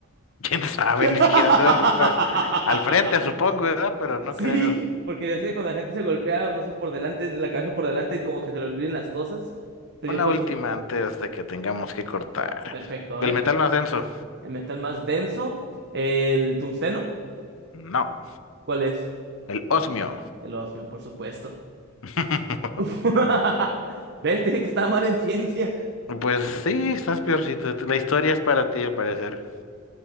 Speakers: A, on the left; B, on the right.
A: <laughs> Quién sabe,
B: <laughs>
A: ni siquiera sé dónde está. Al frente, supongo, ¿verdad? Pero no
B: Sí,
A: creo.
B: porque ya sé que cuando la gente se golpea, no sé, por delante, la cabeza por delante, como que se le olviden las cosas. Entonces
A: Una
B: yo pues...
A: última antes de que tengamos que cortar.
B: Perfecto, a
A: ¿El
B: ver.
A: metal más denso?
B: El metal más denso. El tungsteno.
A: No.
B: ¿Cuál es?
A: El osmio.
B: El osmio, por supuesto.
A: <laughs>
B: <laughs> ¿Ves? te dije que estaba mal en ciencia.
A: Pues sí, estás peorcito. La historia es para ti, al parecer.